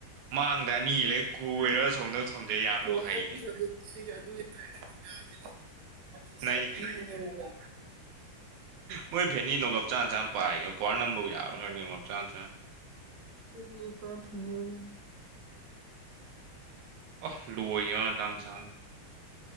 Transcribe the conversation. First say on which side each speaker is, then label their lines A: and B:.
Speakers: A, on the right; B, on the right.
A: ꯃꯥꯡꯗ ꯑꯅꯤ ꯂꯩꯔꯒ ꯀꯣꯏꯔꯒ ꯁꯣꯝꯗ ꯊꯝꯖꯩ ꯌꯥꯝꯅ
B: ꯍ
A: ꯍꯩꯅꯦ
B: ꯑꯗꯨ ꯑꯗꯨ ꯁꯤꯒꯤ ꯑꯗꯨꯒꯤ ꯇ꯭ꯔꯦꯅꯤꯡ ꯌꯥꯎꯔꯤ <inaudible> ꯑꯩꯗꯤ
A: ꯅꯩ
B: ꯁ‌ꯦꯞꯇꯤꯅ‌ꯦꯕ
A: ꯃꯣꯏ ꯐꯦꯅꯤ ꯅꯣꯡꯉꯞ ꯆꯥ ꯆꯥꯅ ꯄꯥꯏꯒ ꯄꯋꯥꯔ ꯅꯝꯕꯕꯨ ꯌꯥꯕ‍꯭ꯔꯅ‌ꯦ ꯅꯣꯛ ꯆꯥꯟ ꯆꯥꯅ
B: ꯅꯤ ꯄꯥꯏ ꯐꯤꯅꯤ ꯑꯣꯏꯒ <inaudible>
A: ꯑꫭ ꯂꯣꯏꯒꯤꯑꫭ ꯃꯇꯥꯡꯆꯥꯅ